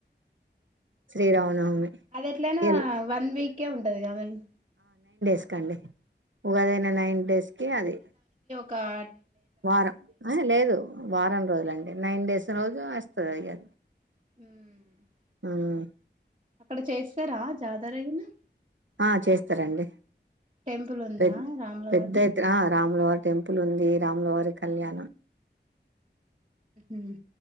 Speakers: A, on the right (about 85°); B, on the right (about 30°).
A: శ్రీరామనవమి
B: అది ఎట్లనా
A: ఎల్
B: వన్ వీకే ఉంటది కాదండ్
A: స్కండి ఉగాదైన నైన్ డేస్కే అది
B: కా
A: వారం ఆ హే లేదు వారం రోజుల అండి. నైన్ డేస్ రోజు వస్తదిగా అది
B: ఉమ్మ్
A: ఉహ్
B: అక్కడ చేస్తారా జాతరాగిన
A: ఆ చేస్తారండి.
B: టెంపుల్ ఉందా
A: పెద్
B: రాములవారి
A: పెద్ద ఎత్తున రాములవార్ టెంపుల్ ఉంది రామ్లవారి కళ్యాణం.
B: ఉమ్